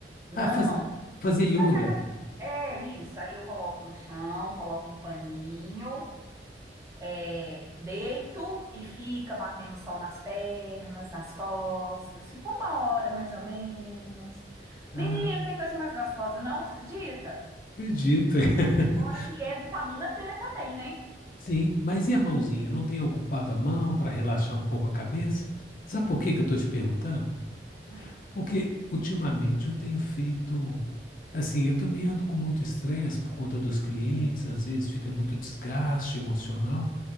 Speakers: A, on the right; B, on the left.
A: não,
B: Ah, faz- fazer
A: de
B: yoga.
A: fazer, a cade- é isso, aí eu coloco no chão, coloco um paninho, é, deito e fica batendo sol nas pernas, nas costas, fica uma hora mais ou menos.
B: Ah,
A: Menino, não tem coisa mais gostosa não, você acredita?
B: acredito. <laughs>
A: Fora que é vitamina D também, né?
B: Sim, mas e a mãozinha? Não tem ocupado a mão para relaxar um pouco a cabeça? Sabe por que que eu estou te perguntando?
A: Hum.
B: Porque ultimamente eu tenho feito. Assim, eu também ando com muito estresse por conta dos clientes, às vezes fica muito desgaste emocional.